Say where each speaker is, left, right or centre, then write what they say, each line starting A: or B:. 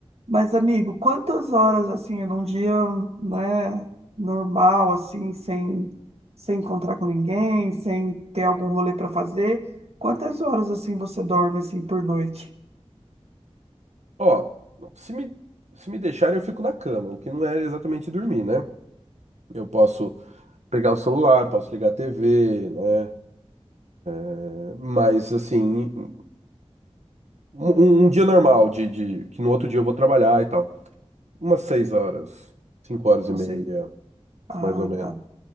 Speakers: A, on the right; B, on the right.
A: Mas, amigo, quantas horas assim num dia, né, normal assim, sem sem encontrar com ninguém, sem ter algum rolê para fazer, quantas horas assim você dorme assim por noite?
B: Ó, se me, se me deixarem, eu fico na cama, o que não é exatamente dormir, né? Eu posso. pegar o celular, posso ligar a TV, né? É, mas assim, um, um um dia normal de, de- que no outro dia eu vou trabalhar e tal. Umas seis horas, cinco horas
A: Você
B: e meia,
A: Ah,
B: mais ou menos.
A: tá.